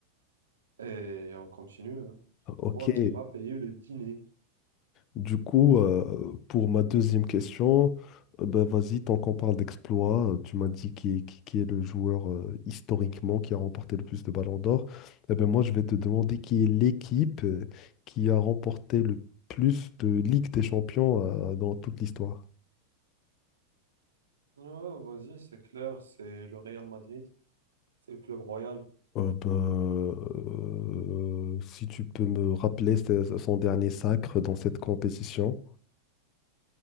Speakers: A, on the right (about 65°); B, on the left (about 35°).
A: et, on continue hein,
B: Ok.
A: pour voir qui va payer le dîner.
B: Du coup, euh, pour ma deuxième question, euh, ben vas-y, tant qu'on parle d'exploit, euh, tu m'as dit qui, qui- qui est le joueur euh, historiquement qui a remporté le plus de ballons d'or. Eh ben moi, je vais te demander qui est l'équipe euh, qui a remporté le plus de Ligue des Champions euh, dans toute l'histoire.
A: Non, vas-y, c'est clair, c'est le Real Madrid, c'est le club royal.
B: Euh, ben, euh, si tu peux me rappeler ce- son dernier sacre dans cette compétition,